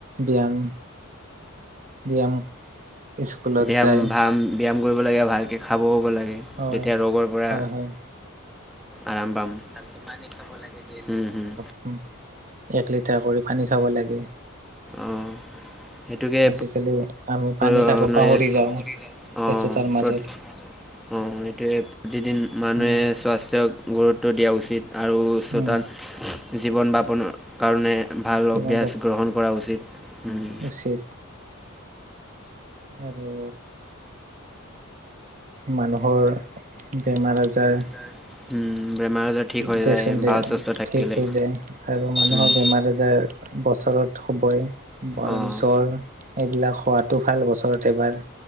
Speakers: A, on the right; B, in the centre.
A: ব্যায়াম ব্যায়াম। স্কুলত
B: ব্যায়াম
A: যায়
B: ভাম ব্যায়াম কৰিব লাগে ভালকে খাব শুব লাগে।
A: হয়
B: তেতিয়া ৰোগৰ পৰা
A: হয় হয়
B: আৰাম পাম ভালকে পানী খাব লাগে হম হুম।
A: উম এক লিটাৰ কৰি। পানী খাব লাগে
B: অঁ সেইটোকে
A: আজিকালি। আমি
B: মানে
A: পানী খাব পাহৰি
B: অঁ
A: যাওঁ ব্যস্ততাৰ
B: প্ৰতি
A: মাজত
B: অঁ সেইটোৱে প্ৰতিদিন মানুহে
A: উম
B: স্বাস্থ্যক গুৰুত্ব দিয়া উচিত। আৰু চতান
A: উম
B: জীৱন যাপনৰ কাৰণে ভাল
A: জীৱন
B: অভ্যাস গ্ৰহণ কৰা উচিত উম
A: চ। আৰু মানুহৰ বেমাৰ আজাৰ
B: <unintelligible> বেমাৰ আজাৰ ঠিক হৈ
A: দেচোন
B: যায়
A: দে
B: ভাল সুস্থ থাকিলে।
A: ঠিক হৈ যায় আৰু মানুহৰ
B: উম,
A: বেমাৰ আজাৰ বছৰত হ'বই বাৰ
B: অ',
A: জ্বৰ এইবিলাক হোৱাটো ভাল বছৰত এবাৰ